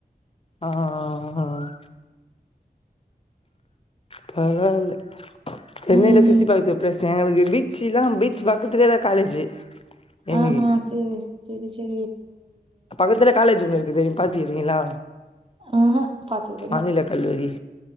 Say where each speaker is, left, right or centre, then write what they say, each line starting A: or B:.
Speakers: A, on the left; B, on the right.
A: ஆ ஆ அஹ பரவாயில்ல சென்னையில
B: ம்ஹ்ம்.
A: சுத்தி பாக்குறதுக்கு பிலேஸ் எங்குளுக்கு பீச்சுலா பீச் பக்கத்துலேயேதா காலேஜு எனக்கு
B: ஆ ஹா செரி செரி செரி
A: பக்கத்துலே காலேஜு ஒண்ணு இருக்குது நீங்க பாத்து இருக்றீங்களா
B: ஆஹா பாத்ததில்ல.
A: மாநில கல்லூரி